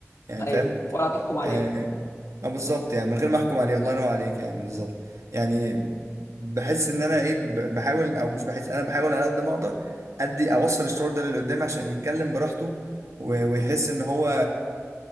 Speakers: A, on the right; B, on the left.
A: يعني
B: ايوه
A: فاهم
B: ولا تحكم عليه
A: آه آه، بالظبط يعني من غير ما احكم عليه الله ينور عليك يعني بالظبط يعني بحس ان انا ايه ب- بحاول او مش بحس انا بحاول على قد ما اقدر ادي اوصل الشعور ده للي قدامي عشان يتكلم براحته و- ويحس ان هو